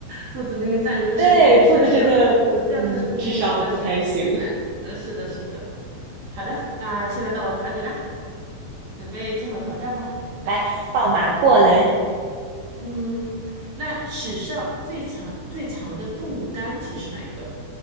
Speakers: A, on the right; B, on the right.
A: 兔子明明占优势，
B: 对，
A: 最后不是还是了。
B: 兔子真的，
A: 虽然它是个故事，
B: 嗯，智商不太行。
A: 但是，呃，是的，是的。好的，那现在到我考你了，准备接好挑战吧。
B: <laughs> 来，放马过来。
A: 嗯，那史上最长最长的动物单体是哪一个？